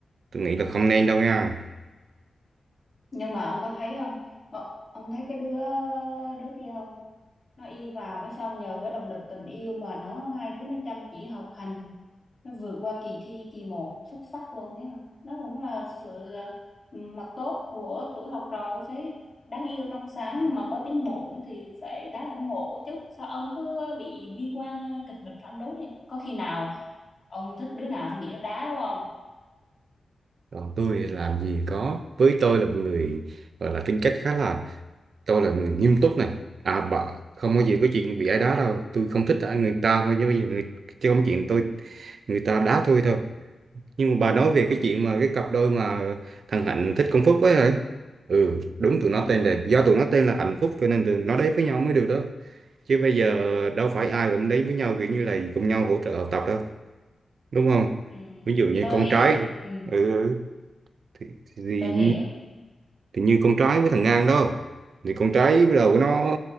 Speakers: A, on the right; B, on the left.
A: tôi nghĩ là không nên đâu nha
B: Nhưng mà ông có thấy không? Ờ, Ông thấy cái đứa đứa kia không? Nó yêu vào cái xong nhờ cái động lực tình yêu mà nó hai đứa nó chăm chỉ học hành nó vượt qua kỳ thi kỳ một xuất sắc luôn thấy không đó cũng là sự ừ, mặt tốt của tuổi học trò tôi thấy đáng yêu trong sáng mà có tiến bộ nữa thì phải đáng ủng hộ chứ sao ông cứ bị bi quan ờ, kịch bịch phản đối vậy có khi nào ông thích đứa nào xong bị nó đá đúng không
A: còn tôi làm gì có với tôi là một người gọi là tính cách khá là tôi là người nghiêm túc này à bà không có gì có chuyện bị ai đá đâu tôi không thích ai người ta thôi chứ bây giờ người chứ không chuyện tôi người ta đá tôi thôi nhưng mà bà nói về cái chuyện mà cái cặp đôi mà thằng Hạnh thích con Phúc ấy hả ừ đúng tụi
B: ừ.
A: nó tên là do tụi nó tên là Hạnh Phúc cho nên tụi nó đấy với nhau mới được đó chứ bây giờ đâu phải ai cũng đến với nhau kiểu như là cùng nhau hỗ trợ học tập đâu đúng không
B: Ừ.
A: ví dụ như
B: tôi
A: con
B: hiểu
A: trai
B: ừ.
A: ừ, ừ, thì, thì,
B: tôi hiểu
A: thì như con trai với thằng Ngang đó thì con trai bắt đầu nó